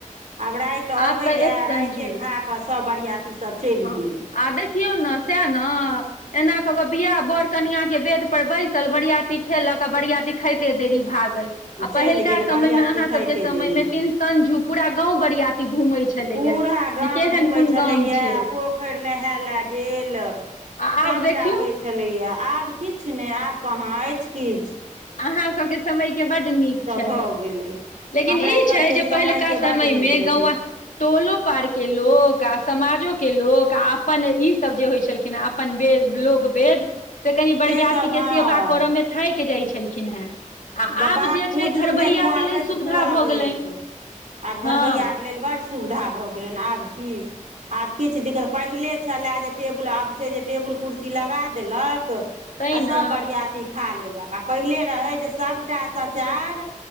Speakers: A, on the right; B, on the left.
A: आब राति
B: आब
A: अबैए
B: तऽ एक संजू
A: राइतेए खा कऽ सभ बरियाती सभ चलि
B: हँ
A: गेल।
B: आ देखियौ ने सएह ने। एना कऽ कऽ बियाह बर कनिया के वेद पर बैसल बरियाती खेलक आ बरियाती खाइते देरी भागल। आ
A: चलि
B: पहिलका
A: गेल
B: समय
A: बरियाती
B: मे अहाँ
A: खाइते
B: सब के समय
A: देरी
B: मे टेनसन ज उ पूरा गांव बरियाती घूमै छलैया
A: पूरा गाम
B: जे केहन
A: घुमै
B: कोन
A: छलैएा
B: गाम छै
A: पोख पोखरि नहाय ल गेल
B: आ
A: सबटा
B: आब देखियौ
A: होइ छ, छलैये आब किछ नहि, आब कहाँ अछि किछ।
B: अहाँ सबके समयके बड नीक छलै।
A: भऽ गेलै
B: लेकिन
A: हमरा
B: ई
A: सभके
B: छै जे
A: समयके
B: पहिलका
A: बड्ड
B: समयमे
A: नीक रहै
B: गौवां टोलो पर के लोक आ समाजो के लोक आ अपन ई सब जे होइ छलखिन हे अपन वेद लोक वेद से कनि बरियाती
A: सेसभ हँ
B: के सेवा करय मे थाकि जाइ छलखिन हेँ। आ
A: बाबा
B: आब जे
A: पूछू
B: छै घरबैया
A: ने खुआबैत
B: के लेल सुविधा
A: खुआबैत
B: भऽ गेलनि
A: आब घरबैया
B: हँ
A: के लेल बड सुविधा भ गेलनि आब की, आब किछ दिक्कत पहिले छले जे टेबुल आब छै जे टेबुल कुर्सी लगा देलक,
B: तैं
A: आ सभ
B: ने
A: बरियाती खा लेलक आ पहिले रहै जे सभटा सचार,